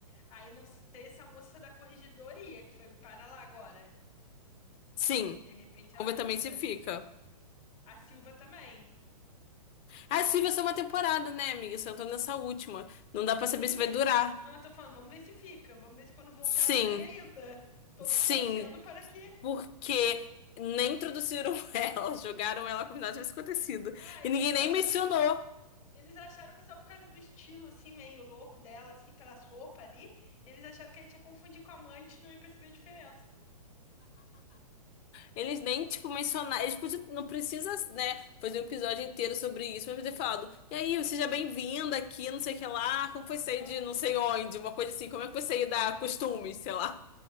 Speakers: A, on the left (about 65°); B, on the left (about 30°).
A: Aí não sei essa moça da corregedoria que foi para lá agora.
B: Sim,
A: De repente ela
B: vamos
A: gruda.
B: ver também se fica.
A: A Silva também.
B: Ah, Silvia é só uma temporada, né, amiga? Só entrou nessa última. Não dá pra saber
A: Sim,
B: se
A: mas.
B: vai durar.
A: Não, eu tô falando, vamos ver se fica. Vamos ver se quando voltar
B: Sim,
A: ela tá ali ainda. Todos
B: sim,
A: torcendo para que.
B: porque nem introduziram <laughs> ela, jogaram ela como se nada tivesse acontecido.
A: Ah,
B: E
A: eles
B: ninguém nem
A: acharam
B: mencionou.
A: que. Eles acharam que só por causa do estilo, assim, meio louco dela, assim, aquelas roupas ali, eles acharam que a gente ia confundir com a amante e não ia perceber a diferença.
B: Eles nem, tipo, mencionaram. Eles podiam, não precisa, né, fazer um episódio inteiro sobre isso, mas podia ter falado. E aí, seja bem-vinda aqui, não sei o que lá. Como foi sair
A: Não.
B: de não sei onde? Uma coisa assim, como é que foi sair da costumes, sei lá.